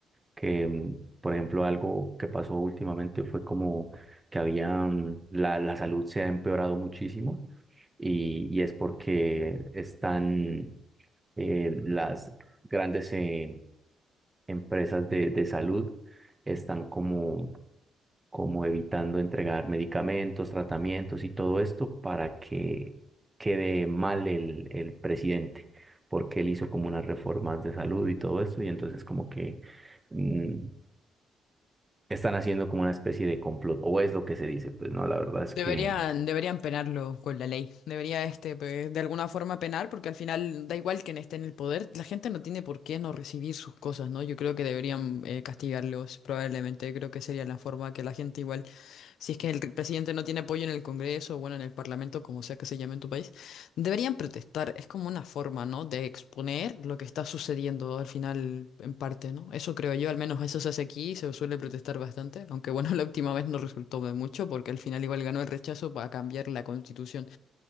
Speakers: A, on the right; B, on the left.
A: que, mm, por ejemplo, algo que pasó últimamente fue como que había, mm, la, la salud se ha empeorado muchísimo y, y es porque están eh, las grandes eh, empresas de, de salud están como, como evitando entregar medicamentos, tratamientos y todo esto para que quede mal el, el presidente, porque él hizo como unas reformas de salud y todo esto y entonces como que mm, están haciendo como una especie de complot, o es lo que se dice, pues no, la verdad es
B: Deberían,
A: que
B: deberían penarlo con la ley. Debería este pe- de alguna forma penar, porque al final da igual quién esté en el poder, la gente no tiene por qué no recibir sus cosas, ¿no? Yo creo que deberían eh, castigarlos, probablemente. Creo que sería la forma que la gente igual, si es que el presidente no tiene apoyo en el Congreso, bueno, en el Parlamento, como sea que se llame en tu país. Deberían protestar, es como una forma, ¿no? De exponer lo que está sucediendo al final, en parte, ¿no? Eso creo yo, al menos eso se hace aquí, se suele protestar bastante, aunque bueno, <laughs> la última vez no resultó de mucho porque al final igual ganó el rechazo para cambiar la constitución.